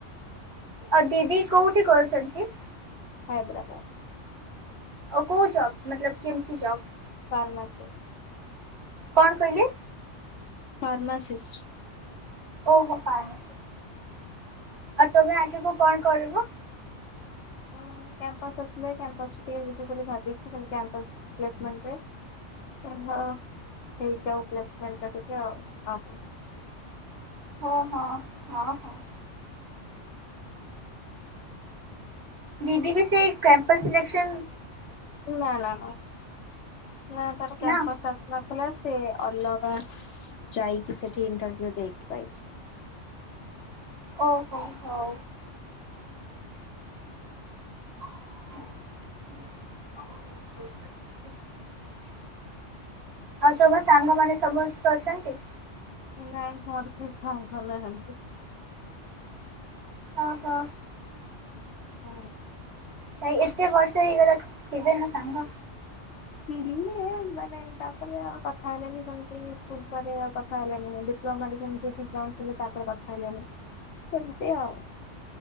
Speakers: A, on the right; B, on the left.
A: ଆଉ ଦିଦି କୋଉ ଠି କରଛନ୍ତି,
B: ହାଇଦରାବାଦ।
A: ଆଉ କୋଉ ଜବ୍ ମତଲବ କେମିତି ଜବ୍।
B: ଫାର୍ମାସିସ୍।
A: କଣ କହିଲେ?
B: ଫାର୍ମାସିସିଷ୍ଟ।
A: ଓହୋ ପାଇଲେ ସେ। ଆଉ ତମେ ଆଗକୁ କଣ କରିବ?
B: ଅ -ଅ କାମ୍ପସ ଆସିଲେ କ୍ୟାମ୍ପସ ଟିକେ ଯିବି ବୋଲି ଭାବିଛି କେମିତି କ୍ୟାମ୍ପସ ପ୍ଲେସମେଣ୍ଟ ରେ। ହଁ ହେଇ ଯାଉ ପ୍ଲେସମଣ୍ଟରେ ଟିକେ ଆଉ ଆ
A: ହଁ ହଁ ହଁ ହଁ। ଦିଦି ବି ସେଇ କ୍ୟାମ୍ପସ ସିଲେକ୍ସନ୍
B: ନା ନା ନା, ନା ତାର କ୍ୟାମ୍ପସ
A: ନା
B: ଆସି ନଥିଲା ସିଏ ଅଲଗା ଯାଇକି ସେଠି ଇଣ୍ଟରଭି୍ୟୁ ଦେଇକି ପାଇଛି।
A: ଓହୋ ହଉ। <inaudible> ଆଉ ତମ ସାଙ୍ଗମାନେ ସମୁସ୍ତେ ଅଛନ୍ତି?
B: ନାଇଁ ମୋର କେହି ସାଙ୍ଗ ନାହାନ୍ତି।
A: ଓହୋ।
B: ହଁ।
A: ଏଇ ଏତେ ବର୍ଷ ହେଇଗଲାଣି ଫିର ବି ମୋ ସଙ୍ଗ
B: ଥିଲେ ମାନେ ତାପରେ ଆଉ କଥା ହେଲେନି ସେମିତି ସ୍କୁଲ ପରେ ଆଉ କଥା ହେଲେନି ଡି ତୁମମାନେ ସେମିତି କି ଜାଉଥିଲେ ତାପରେ କଥା ହେଲେଣି ସେମିତି ଆଉ।